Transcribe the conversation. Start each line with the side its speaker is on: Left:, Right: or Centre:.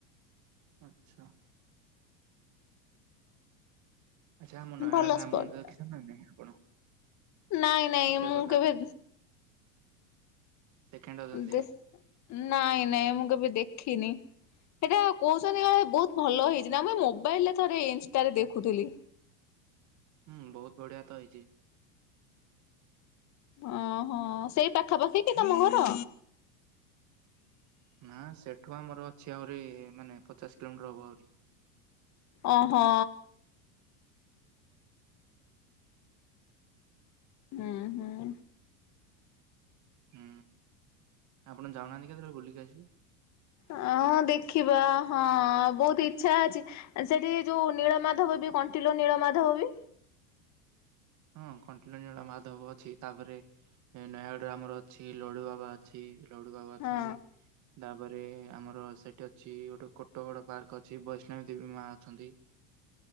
Right: ଆଚ୍ଛା ଆଚ୍ଛା ଆମ ନୟାଗଳ
Left: ଭଲ
Right: ନ
Left: ସ୍ପଟ
Right: ମନ୍ଦର
Left: ଟା।
Right: ଦେଖିଛନ୍ତି ନମେ ଆପଣ
Left: ନାଇଁ ନାଇଁ
Right: ଫତେଗଡ
Left: ମୁଁ
Right: ରାମ
Left: କେବେ
Right: ସେକେଣ୍ଡ ଅଯୋଧ୍ୟା
Left: ଦେ ନ ନାଇଁ ମୁ ମୁଁ କବେ ଦେଖି ନ ସେଇଟା କହୁଛନ୍ତି କ ବହୁତ ଭଲ ହେଇଛି ନା ମୁଇ ମୋବାଇଲରେ ଥରେ ଇନଷ୍ଟରେ ଦେଖୁଥିଲି
Right: ହୁଁ ବହୁତ ବଢିଆ ତ ହେଇଛି
Left: ଓହୋ ସେଇ ପାଖାପାଖି କି ତମ ଘର
Right: ନା ସେଠୁ ଆମର ଅଛି ଆହୁରି ମାନେ ପଚାଶ କିଲୋମିଟର ହବ ଆହୁରି
Left: ଓହୋ ହୁଁ ହୁଁ
Right: ହୁଁ ଆପଣ ଯାଉନାହାନ୍ତି କେତେବେଳେ ବୁଲିକି ଆସିବୁ
Left: ହଁ ଦେଖିବା ହଁ ବହୁତ ଇଚଛା ଅଛି ସେଠି ଯୋଉ ନୀଳମାଧବ ବି କଣ୍ଟିଲ ନୀଳ ମାଧବ ବି
Right: ହଁ କଣ୍ଟଲଞଜଳା ମାଧବ ଅଛି ତାପରେ ନୟାଗଡରେ ଆମର ଅଛି ଲଡୁ ବାବା ଅଛି ରଉ ବାବ ଅଛନ୍ତି
Left: ହଁ
Right: ତାପରେ ଆମର ସେଠି ଅଛି ଗୋଟେ କୋଟ ଗଡ ପାର୍କ ଅଛି ବୈଷ୍ଣବୀ ଦେବୀ ମା ଅଛନ୍ତି